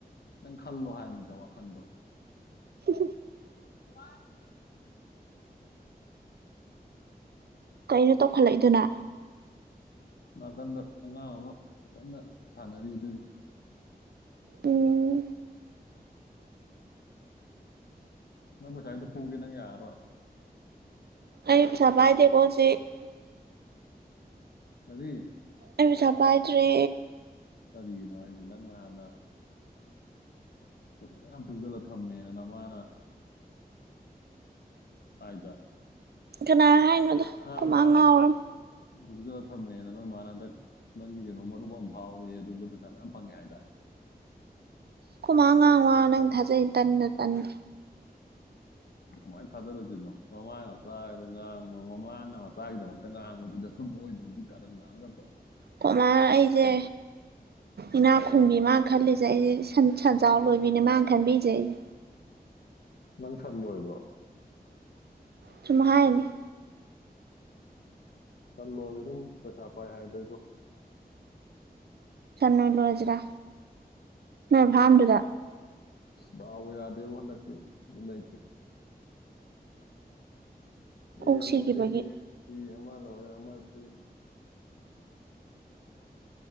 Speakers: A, on the left; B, on the right.
A: ꯅꯪ ꯈꯜꯂꯣ ꯍꯥꯏꯕꯅꯤꯗ ꯋꯥꯈꯟꯗꯣ
B: <unintelligible>
A: ꯋꯥ <unintelligible>
B: ꯀꯩꯅꯣ ꯇꯧꯈꯠꯂꯛꯏꯗꯨꯅ
A: ꯅꯥꯀꯟꯗ ꯑꯉꯥꯡ ꯑꯃ ꯀꯟꯅ ꯁꯥꯟꯅꯔꯤ ꯑꯗꯨꯏꯅꯤ
B: ꯎꯝ
A: ꯅꯪ ꯄꯩꯁꯥ ꯈꯤꯇꯥ ꯄꯨꯒꯦ ꯅꯪ ꯌꯥꯔꯔꯣꯏ
B: ꯑꯩ ꯄꯩꯁꯥ ꯄꯥꯏꯗꯦꯀꯣ ꯍꯧꯖꯤꯛ
A: ꯀꯔꯤ
B: ꯑꯩ ꯄꯩꯁꯥ ꯄꯥꯏꯗ꯭ꯔꯦ
A: ꯀꯔꯤꯒꯤꯅꯣ ꯍꯥꯏꯖꯦ ꯅꯪ ꯉꯍꯥꯟꯅ ꯄꯩꯁꯥ ꯌꯥꯝ ꯇꯨꯡꯖꯜꯂ ꯊꯝꯃꯦꯅ ꯅꯃꯅꯥ ꯍꯥꯏꯗ
B: ꯀꯅꯥ ꯍꯥꯏꯅꯣꯗ
A: ꯁꯅ
B: ꯈꯣꯏꯃꯥ
A: ꯂꯨꯄꯥ
B: ꯉꯥꯎꯔꯝ
A: ꯇꯨꯖꯜꯂ ꯊꯝꯃꯦꯅ ꯅꯣꯢꯃꯥꯅ ꯍꯟꯗꯛ ꯅꯪꯒꯤ ꯀꯩꯅꯣ ꯃꯔꯨꯞ ꯑꯃ ꯐꯥꯎꯋꯦꯌꯦ ꯑꯗꯨꯗ ꯄꯩꯁꯥ ꯃꯌꯥꯝ ꯐꯪꯉꯦ ꯍꯥꯏꯗ
B: ꯒꯣꯢ ꯃꯥꯅ ꯉꯥꯡꯕ ꯋꯥꯥꯕꯨ ꯅꯪ ꯊꯥꯖꯩ ꯇꯟꯗ ꯇꯟꯗꯦ
A: <unintelligible> ꯀꯃꯥꯏꯅ ꯊꯥꯖꯔꯣꯢꯗꯣꯢꯅꯣ ꯃꯃꯥꯢ ꯃꯆꯥꯒꯤꯗ ꯉꯥꯡꯗ ꯃꯃꯥꯅ ꯃꯆꯥꯒꯤꯗꯃꯛꯇ ꯉꯥꯡꯕꯗꯨꯗ ꯑꯆꯨꯝꯕ ꯑꯣꯏꯗ꯭ꯔꯗꯤ ꯀꯔꯅ ꯉꯥꯡꯒꯗ꯭ꯔꯣ
B: ꯀꯥꯅꯅꯣ ꯑꯩꯖꯦ ꯏꯅꯥꯈꯨꯟꯕꯤ ꯃꯥꯅ ꯈꯜꯂꯤꯁꯦ ꯑꯩꯁꯦ ꯁꯟꯖꯥꯎ ꯂꯣꯏꯕꯤꯅꯦ ꯃꯥꯅ ꯈꯜꯕꯤꯖꯦ ꯑꯩꯁꯦ
A: ꯅꯪ ꯁꯟ ꯂꯣꯏꯕ꯭ꯔꯣ
B: ꯁꯨꯝ ꯍꯥꯏꯅꯤ
A: ꯆꯟꯂꯣꯗꯨꯝ ꯄꯩꯁꯥ ꯄꯥꯏ ꯍꯥꯏꯗ ꯏꯕꯣ
B: ꯁꯟ ꯅꯣꯏ ꯂꯣꯏꯔꯁꯤꯔꯥ ꯅꯣꯏ ꯚꯥꯝꯗꯨꯗ
A: ꯗꯥꯎꯒꯥ ꯌꯥꯗꯦꯕꯨ ꯍꯟꯗꯛꯇꯤ ꯕꯤꯠꯀꯥ ꯂꯩꯇꯦ
B: ꯑꯣꯛ
A: ꯌꯦꯟ
B: ꯁꯤꯈꯤꯕꯒꯤ
A: ꯂꯣꯏꯔꯦ ꯌꯦꯟ ꯁꯤ ꯑꯃ ꯂꯣꯏꯔꯦ ꯑꯃꯁꯤ